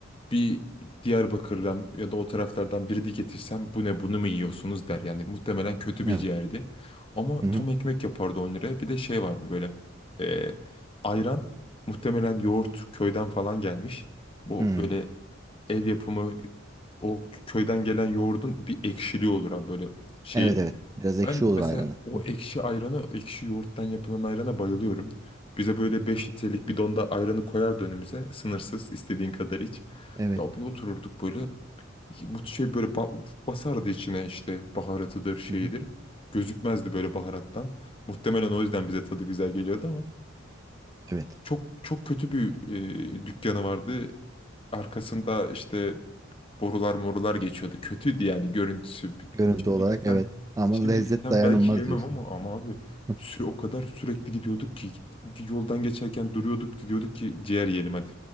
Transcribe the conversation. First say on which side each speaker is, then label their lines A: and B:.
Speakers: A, on the left (about 25°); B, on the right (about 15°).
A: bir Diyarbakır'dan ya da o taraflardan biri de getirsem bu ne bunu mu yiyorsunuz der. Yani muhtemelen kötü bir
B: Evet.
A: ciğerdi. Ama
B: Hı
A: tam
B: hı.
A: ekmek yapardı 10 liraya. Bir de şey vardı böyle e, ayran muhtemelen yoğurt köyden falan gelmiş. Bu
B: Hı.
A: böyle ev yapımı o köyden gelen yoğurdun bir ekşiliği olur abi böyle şeyi.
B: Evet evet biraz ekşi
A: Ben
B: olur
A: mesela
B: ayranı.
A: o
B: Hı hı.
A: ekşi ayranı, o ekşi yoğurttan yapılan ayrana bayılıyorum. Bize böyle 5 litrelik bidonda ayranı koyardı önümüze. Sınırsız, istediğin kadar iç.
B: Evet.
A: Ya bir otururduk böyle. Bu şey böyle ba- basardı içine işte baharatıdır, şeyidir.
B: Hı hı.
A: Gözükmezdi böyle baharattan. Muhtemelen o yüzden bize tadı güzel geliyordu ama.
B: Evet.
A: Çok çok kötü bir e, dükkanı vardı. Arkasında işte borular morular geçiyordu. Kötüydü yani görüntüsü.
B: Görüntü
A: Şimdi
B: olarak
A: gitsem
B: evet ama
A: şimdi
B: lezzet
A: gitsem
B: dayanılmaz
A: belki yemem
B: diyorsun.
A: ama ama abi
B: Hı.
A: sü o kadar sürekli gidiyorduk ki git- yoldan geçerken duruyorduk diyorduk ki ciğer yiyelim hadi.